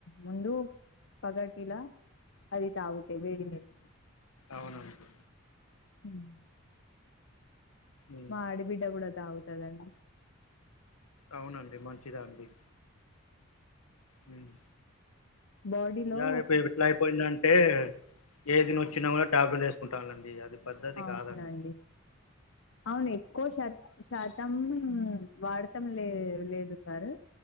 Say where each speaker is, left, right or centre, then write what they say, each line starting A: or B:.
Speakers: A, on the left; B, on the left.
A: ముందు పగటిలా అది తాగుతే వేడి మీరు
B: అవునవునండి
A: ఉమ్.
B: ఉమ్,
A: మా ఆడబిడ్డ కూడా తాగుతదండి.
B: అవునండి మంచిదండి. ఉమ్.
A: బాడీలో
B: ఈయాల రేపు ఎట్లా అయిపోయిందంటే ఏదినోచ్చినా కూడా టాబ్లెట్ వేసుకుంటు. అండి అది పద్దతి
A: అవునండి
B: కాదాండి.
A: అవును ఎక్కువ శాత శాతం వాడు. లేదు లేదు సార్